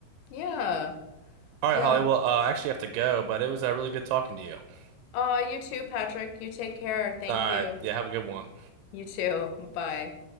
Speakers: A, on the left; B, on the right.
A: Yeah.
B: All right,
A: Yeah.
B: Holly. Well, uh, I actually have to go, but it was uh, really good talking to you. All
A: Ah, you too, Patrick. You take care. Thank
B: right.
A: you.
B: Yeah, have a good one.
A: You too. Bye.